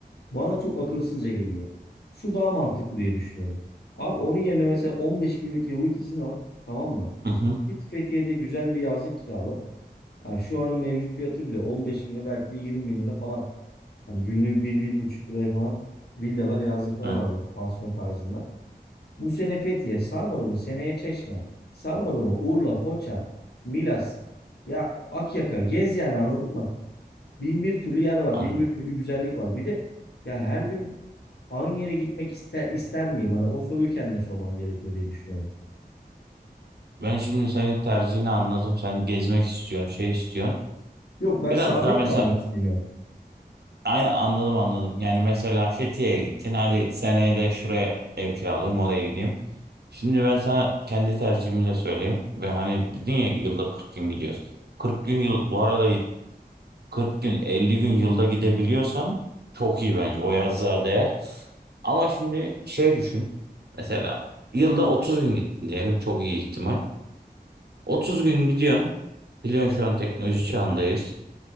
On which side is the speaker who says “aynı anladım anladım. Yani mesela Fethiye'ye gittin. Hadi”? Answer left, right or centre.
Right